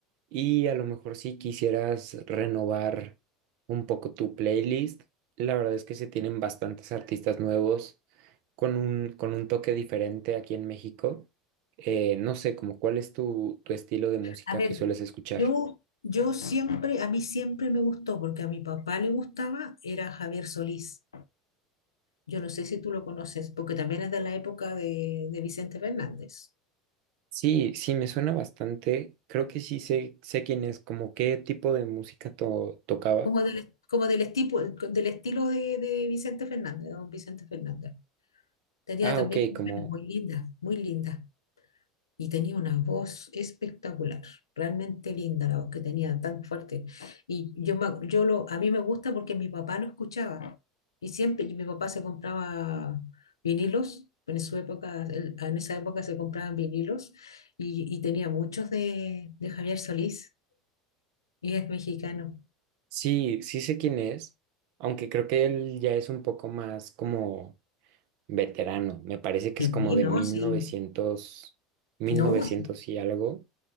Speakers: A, on the right; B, on the left.
A: Y a lo mejor si quisieras renovar un poco tu playlist, la verdad es que se tienen bastantes artistas nuevos con un, con un toque diferente aquí en México. Eh, no sé, como cuál es tu, tu estilo de música
B: A ver,
A: que sueles escuchar.
B: yo, yo siempre, a mí siempre me gustó, porque a mi papá le gustaba, era Javier Solís. Yo no sé si tú lo conoces, porque también es de la época de, de Vicente Fernández,
A: Sí, sí, me suena bastante. Creo que sí sé, sé quién es, como qué tipo de música to- tocaba.
B: como del, como del, estipo- del estilo de, de Vicente Fernández, de don Vicente Fernández. Tenía
A: Ah,
B: también
A: ok,
B: canciones
A: como
B: muy lindas, muy lindas. y tenía una voz espectacular, realmente linda la voz que tenía, tan fuerte. Y yo, me- yo lo, a mí me gusta porque mi papá lo escuchaba y siempre y mi papá se compraba vinilos. En su época, él- en esa época se compraban vinilos y, y tenía muchos de, de Javier Solís y es mexicano.
A: sí, sí sé quién es, aunque creo que él ya es un poco más como veterano. Me parece que
B: Sí,
A: es como de
B: no,
A: 1900,
B: sí,
A: 1900
B: no, sí,
A: y algo.